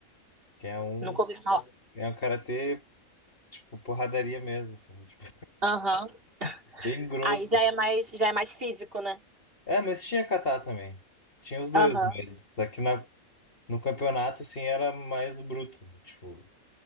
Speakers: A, on the left; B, on the right.
A: que é um,
B: Nunca ouvi falar.
A: é um karatê, tipo, porradaria mesmo, assim, tipo,
B: Aham.
A: bem grosso.
B: Aí já é mais, já é mais físico, né?
A: É, mas tinha kata também. Tinha os dois,
B: Aham.
A: mas aqui na, no campeonato, assim, era mais bruto. Tipo,